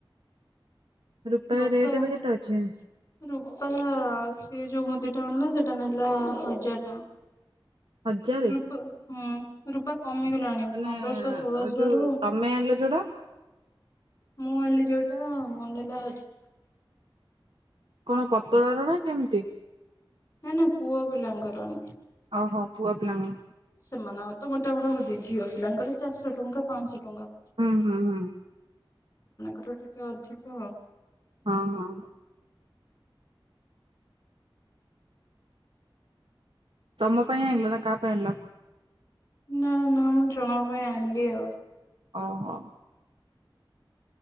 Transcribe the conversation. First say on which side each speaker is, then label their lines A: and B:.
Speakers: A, on the right; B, on the left.
A: ରୂପା
B: ଦଶ
A: ରେଟ୍ ଏବେ କେତେ
B: ଘଣ୍ଟ
A: ଅଛି
B: ରୂପା ଆଉ ସେି ଯୋଉ ମୁଦି ଟା ଆଣିଲା ସେଟା ନେଲା ହଜାର ଟଙ୍କା
A: ହଜାରେ?
B: ରୂପ ହଁ ରୂପକ କମିଗଲାଣି
A: ମାନେ
B: ପନ୍ଦରଶହ ଷୋଳଶହ
A: ଯୋଉ
B: ରୁ
A: ତମେ ଆଣିଲ ଯୋଉଟା
B: ମୁଁ ଆଣିଲି ଯୋଉ ତ ମନେଲା ହଜ
A: କଣ ପତଳା ର ନା କେମିତି
B: ନା ନା ପୁଅ ପିଲାଙ୍କର ଆମ
A: ଓହୋ ପୁଅ ପିଲାଙ୍କ
B: ସେମାନେ ଆଉ ତ ମୋଟାମୋଟ ହଉି ଝିଅ ପିଲାଙ୍କୁ କହଲେ ଚାରିଶହ ଟଙ୍କା ପାଞ୍ଚଶହ ଟଙ୍କା
A: ହୁଁ ହୁଁ ହୁଁ
B: କର ଟିକେ ଅଧିକ
A: ହଁ ହଁ ତମ ପାଇଁ ଆଣିଲ ନା କାହା ପାଇଁ ଆଣିଲ
B: ନା ନା ମୁଁ ଜଣଙ୍କ ପାଇଁ ଆଣିଲି ଆଉ
A: ଓ ହୋ